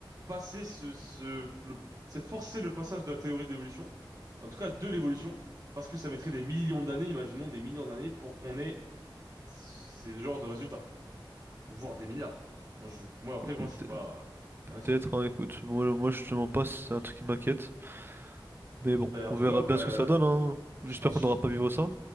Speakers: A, on the right; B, on the right.
A: passer ce, ce, le, c'est forcer le passage de la théorie de l'évolution, en tout cas de l'évolution, parce que ça mettrait des millions d'années, imaginons des millions d'années, pour qu'on ait ces genres de résultats, voire des milliards. Moi, je, moi après,
B: <laughs>
A: moi,
B: peut-
A: je suis pas
B: Peut-être,
A: euh, un expert.
B: hein, écoute, moi, moi je te mens pas, c'est un truc qui m'inquiète. Mais bon,
A: Et en
B: on
A: tout
B: verra
A: cas, bah,
B: bien ce que ça donne, hein. J'espère
A: c'est un, su-
B: qu'on n'aura pas à vivre ça.